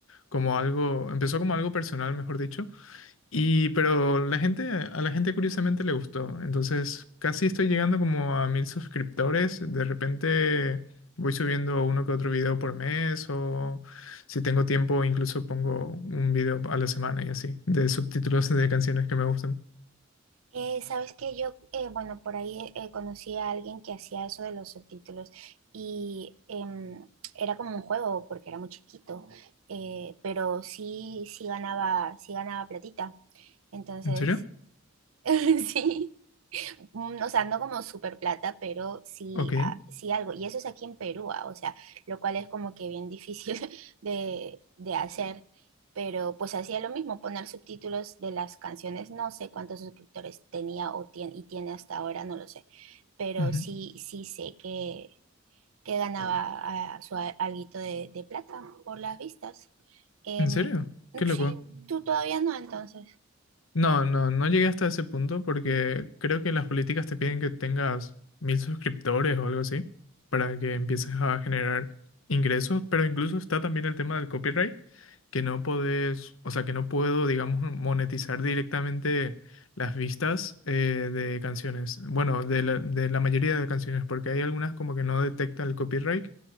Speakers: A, on the left; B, on the right.
A: como algo, empezó como algo personal, mejor dicho y pero la gente, a la gente curiosamente le gustó. Entonces, casi estoy llegando como a mil suscriptores. De repente voy subiendo uno que otro video por mes o si tengo tiempo incluso pongo un video a la semana y así, de subtítulos de canciones que me gustan.
B: Eh, sabes que yo, eh, bueno, por ahí eh, conocí a alguien que hacía eso de los subtítulos y em, era como un juego porque era muy chiquito, eh, pero sí, sí ganaba, sí ganaba platita. Entonces,
A: ¿En serio?
B: <laughs> sí, mm, o sea, no como super plata, pero sí,
A: Ok.
B: ah, sí algo. Y eso es aquí en Perú, ah, o sea, lo cual es como que bien difícil <laughs> de, de hacer. Pero pues hacía lo mismo, poner subtítulos de las canciones. No sé cuántos suscriptores tenía o tiene, y tiene hasta ahora, no lo sé. Pero
A: Ujú.
B: sí, sí sé que, que ganaba ah, su a- alguito de, de plata por las vistas. Em,
A: ¿En serio? Qué loco.
B: sí, tú todavía no, entonces.
A: No, no, no llegué hasta ese punto porque creo que las políticas te piden que tengas mil suscriptores o algo así para que empieces a generar ingresos, pero incluso está también el tema del copyright, que no podés, o sea, que no puedo, digamos, monetizar directamente las vistas eh, de canciones, bueno, de la, de la mayoría de canciones, porque hay algunas como que no detecta el copyright